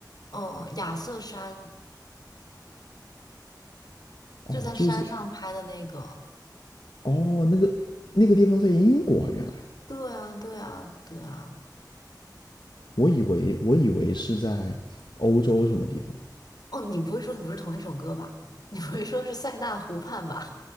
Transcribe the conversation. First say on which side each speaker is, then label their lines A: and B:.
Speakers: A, on the left; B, on the left.
A: 呃，亚瑟山，
B: 哦，
A: 就在山上拍的那个。
B: 就是哦那个那个地方在英国啊，原来
A: 对啊，对啊，对啊。
B: 我以为我以为是在欧洲什么地方，
A: 哦，你不会说的不是同一首歌吧？你不会说是塞纳湖畔吧？